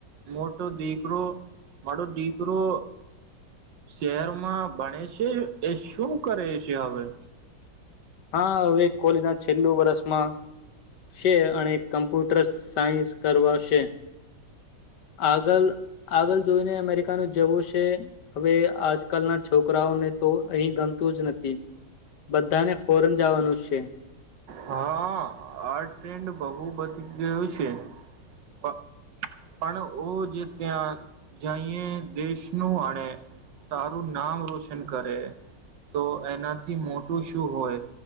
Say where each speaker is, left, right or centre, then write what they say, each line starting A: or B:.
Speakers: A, on the right; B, on the left.
A: મોટો દીકરો મારો દીકરો શહેરમાં ભણે છે એ શું કરે છે હવે
B: હા હવે કોલેજ ના છેલ્લું વરષ માં સે અણે કમ્પ્યુટર સાયન્સ કરવાશે આગલ આગલ જોઈને અમેરિકાનું જવું સે હવે આજકાલના છોકરાઓને તો અહી ગમતું જ નથી બધાને ફોરન જાવાનું સે
A: હા આ ટ્રેન્ડ બહુ બધી ગયું સે પણ ઓ જે ત્યાં જઈએ દેશનું આણે તારું નામ રોશન કરે તો એનાથી મોટું શું હોય